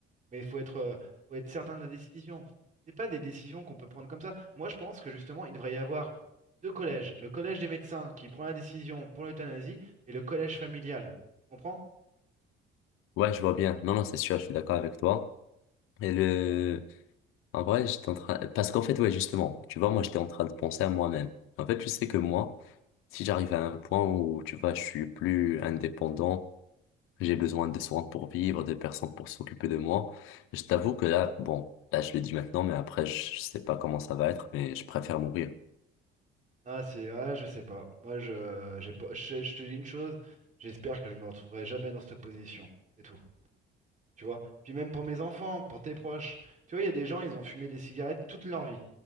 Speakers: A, on the right (about 35°); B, on the left (about 85°).
A: Mais il faut être, euh, faut être certain de la décision. C'est pas des décisions qu'on peut prendre comme ça. Moi, je pense que justement, il devrait y avoir deux collèges. Le collège des médecins qui prend la décision pour l'euthanasie et le collège familial. Tu comprends?
B: Ouais, je vois bien. Non, non, c'est sûr, je suis d'accord avec toi. Et le, En vrai, j'étais en train... Parce qu'en fait, ouais, justement, tu vois, moi, j'étais en train de penser à moi-même. En fait, tu sais que moi, si j'arrive à un point où, tu vois, je suis plus indépendant, j'ai besoin de soins pour vivre, de personnes pour s'occuper de moi, je t'avoue que là, bon, là, je le dis maintenant, mais après, je je sais pas comment ça va être, mais je préfère mourir.
A: Ah, c'est, ah, je sais pas. Moi, je, j'ai pas, je, je te dis une chose, j'espère que je me retrouverai jamais dans cette position. C'est tout. tu vois. Puis même pour mes enfants, pour tes proches. Tu vois, il y a des gens, ils ont fumé des cigarettes toute leur vie.